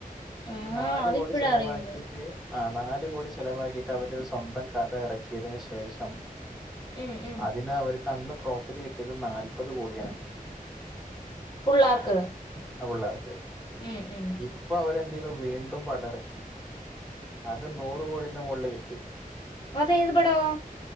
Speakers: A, on the left (about 30°); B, in the centre.
A: ആഹാ
B: ഈ നാല്
A: അതിപ്പഴാ
B: കോടി ചെലവാക്കീറ്റ്
A: അറിയുന്നത്
B: ആഹ് നാല് കോടി ചെലവാക്കിട്ട് അവര് സ്വന്തം കഥ ഇറക്കിയതിന് ശേഷം
A: ഉം ഉം
B: അതിന് അവർക്ക് അന്ന് പ്രോഫിറ്റ് കിട്ടിയത് നാല്പത് കോടിയാണ്
A: പുള്ളാർക്ക്
B: <unintelligible>
A: ഉം ഉം
B: ഇ ഇപ്പ അവര് എന്ത് ചെയ്തു വീണ്ടും പടം എറക്കി അത് നൂറ് കോടിന്റെ മോളില് കിട്ടി
A: അത് ഏതു പടവാ